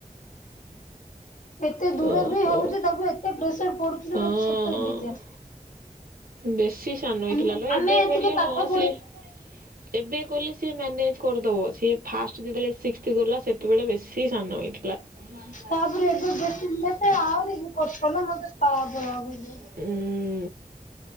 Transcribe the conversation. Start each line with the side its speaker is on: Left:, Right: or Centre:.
Left: ଏତେ ଦୂର
Right: ଓହୋ।
Left: ବି ହଉଛି ତାକୁ ଏତେ ପ୍ରେସର ପଡୁଛି
Right: ହଁ
Left: ଯେ ମତେ ସତରେ ବିଜାର
Right: ବେଶୀ ସାନ ହେଇଥିଲା
Left: ଆମକୁ
Right: ଲ
Left: ଆମେ
Right: ଏବେ
Left: ଏତିକି
Right: ବୋଇ
Left: ପାଠ
Right: ହଁ
Left: ପଢି
Right: ସିଏ ଏବେ କଲେ ସିଏ ମ୍ୟାନେଜ୍ କରିଦେବ ସିଏ ଫାଷ୍ଟ ଯେତେବେଳେ ସିକ୍ସ ଗଲା ସେତେବେଳେ ବେଶୀ ସାନ ହୋଇଥିଲା। <unintelligible>
Left: ତାପରେ ଏବେ ବେସି ଲେଟ୍ ଆହୁରି ସୋନମ ମତେ ତାସ ଲାଗୁଚି।
Right: ହଁ ଉ।